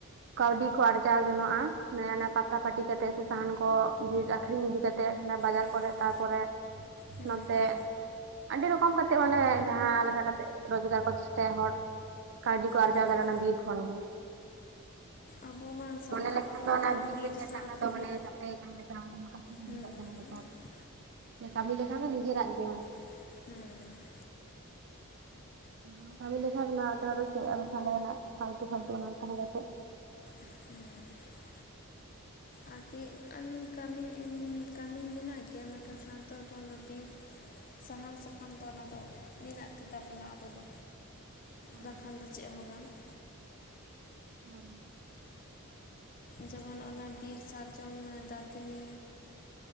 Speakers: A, on the right (about 50°); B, on the left (about 40°).
A: ᱠᱟᱹᱣᱰᱤ ᱠᱚ ᱟᱨᱡᱟᱣ ᱡᱚᱱᱚᱜ-ᱟ ᱢᱟᱱᱮ ᱚᱱᱮ ᱯᱟᱛᱲᱟ ᱯᱟᱹᱴᱤ ᱠᱟᱛᱮᱜ ᱥᱮ ᱥᱟᱦᱟᱱ ᱠᱚ ᱵᱤᱨ ᱟᱠᱷᱨᱤᱧ ᱤᱫᱤ ᱠᱟᱛᱮ ᱛᱮᱫ ᱦᱟᱱᱮ ᱵᱟᱡᱟᱨ
B: ᱦᱩᱸ
A: ᱠᱚᱨᱮ ᱛᱟᱨᱯᱚᱨᱮ
B: ᱦᱩᱸ
A: ᱱᱚᱛᱮ
B: ᱦᱩᱸ,
A: ᱟᱹᱰᱤ ᱨᱚᱠᱚᱢ ᱠᱟᱛᱮᱜ ᱢᱟᱱᱮ ᱡᱟᱦᱟᱸ ᱞᱮᱠᱟ ᱠᱟᱛᱮᱜ ᱨᱳᱡᱽᱜᱟᱨ ᱠᱚ ᱪᱮᱥᱴᱟᱭᱟ ᱦᱚᱲ, ᱠᱟᱹᱣᱰᱤ ᱠᱚ ᱟᱨᱡᱟ
B: ᱦᱮᱸ
A: ᱫᱟᱲᱮᱜ-ᱟ ᱚᱱᱟ ᱵᱤᱨ ᱠᱷᱟᱱ ᱜᱮ᱾
B: ᱟᱵᱚ ᱢᱟ ᱥᱟᱱᱛᱟᱲ
A: ᱢᱚᱱᱮ ᱞᱮᱠᱷᱟᱱ
B: ᱦᱚᱯᱚᱱ
A: ᱫᱚ ᱚᱱᱟ ᱵᱤᱨ ᱨᱮᱜᱮ
B: ᱥᱟᱶ
A: ᱴᱟᱠᱟ
B: ᱛᱮᱜᱮ
A: ᱫᱚ ᱢᱟᱱᱮ ᱪᱟᱯᱮ ᱠᱟᱱ ᱞᱮᱠᱟ
B: ᱦᱩᱸ
A: <inaudible> ᱠᱟᱹᱢᱤ ᱞᱮᱠᱷᱟᱱ ᱫᱚ ᱱᱤᱡᱮᱨᱟᱜ ᱜᱮ ᱢᱟᱱᱮ,
B: ᱦᱩᱸᱻ
A: ᱵᱟᱢ ᱠᱟᱹᱢᱤ ᱞᱮᱠᱷᱟᱱ ᱫᱚ ᱪᱮᱫ <unintelligible>
B: ᱦᱩᱸᱻ ᱟᱨᱠᱤ ᱟᱹ ᱠᱟᱹᱢᱤ ᱠᱟᱹᱢᱤ ᱢᱮᱱᱟᱜ ᱜᱮᱭᱟ ᱢᱮᱱᱠᱷᱟᱱ ᱥᱟᱱᱛᱟᱲ ᱠᱚ ᱫᱚ ᱵᱤᱨ ᱥᱟᱦᱟᱱ ᱥᱟᱠᱟᱢ ᱫᱚ ᱚᱱᱟ ᱫᱚ ᱢᱮᱱᱟᱜ ᱜᱮ ᱛᱟᱵᱚᱱᱟ ᱟᱵᱚ ᱫᱚ᱾
A: ᱦᱳᱭ
B: ᱫᱟᱜ ᱠᱷᱟᱱ ᱫᱚ ᱪᱮᱜ ᱦᱚᱸ ᱵᱟᱝ ᱾
A: ᱦᱚᱸ,
B: ᱡᱮᱢᱚᱱ ᱚᱱᱟ ᱵᱤᱨ ᱥᱟᱨᱡᱚᱢ ᱫᱟᱹᱛᱱᱤ